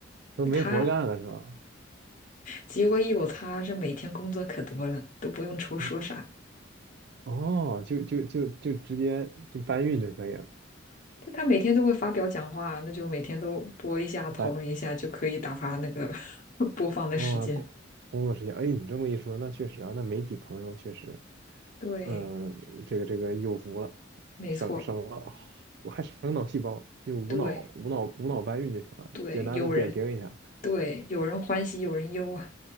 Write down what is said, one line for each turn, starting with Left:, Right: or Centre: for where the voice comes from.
Right: 都没活儿干了是吧？
Left: 他结果一有他，这每天工作可多了，都不用愁说啥。
Right: 哦哦，就就就就直接就搬运就可以了，
Left: 就他每天都会发表讲话，那就每天都播一下，讨论一下，
Right: 搬
Left: 就可以打发那个 <laughs> 播放的时间。
Right: 哦工工作时间，哎，你这么一说，那确实啊，那媒体朋友确实。
Left: 对
Right: 嗯，这个这个有福了，
Left: 没错，
Right: 省省了，啊我还省脑细胞，就无脑无脑无脑搬运就行了，
Left: 对对，
Right: 简单的点评一下。
Left: 有人。对，有人欢喜有人忧啊，